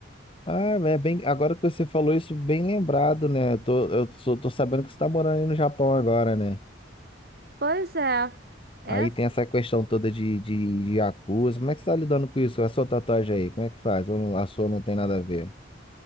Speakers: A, on the left (about 30°); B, on the right (about 55°).
A: Ah, é bem, agora que você falou isso, bem lembrado, né? Eu Tô, eu sou- tô sabendo que você tá morando aí no Japão agora, né?
B: Pois é. Essa...
A: Aí tem essa questão toda de, de, de acusa. Como é que você tá lidando com isso? A sua tatuagem aí, como é que faz? Ou não- a sua não tem nada a ver?